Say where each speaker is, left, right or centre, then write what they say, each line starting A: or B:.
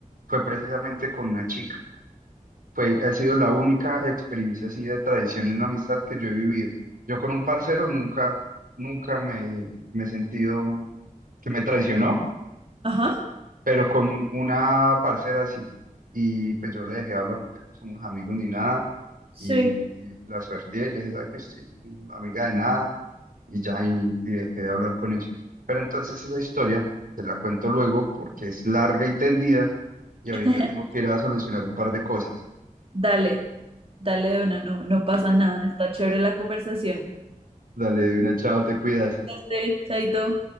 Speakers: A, on the right; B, on the right.
A: fue precisamente con una chica. Fue, ha sido la única experiencia así de traición en una amistad que yo he vivido. Yo con un parcero nunca, nunca me, me he sentido que me traicionó.
B: Ajá,
A: pero con una parcera así. Y pues yo le dejé hablar, pues ya no somos amigos ni nada.
B: sí.
A: Y, y la suerte y le dije, ¿sabes qué? Estoy amiga de nada. Y ya, y, y dejé de hablar con ella. Pero entonces esa historia te la cuento luego porque es larga y tendida. Y ahorita
B: <laughs>
A: tengo que ir a solucionar un par de cosas.
B: Dale, dale, de una, no, no pasa
A: Dale,
B: nada, está chévere la conversación.
A: dale, de una, chao, te cuidas.
B: Sí, chaito.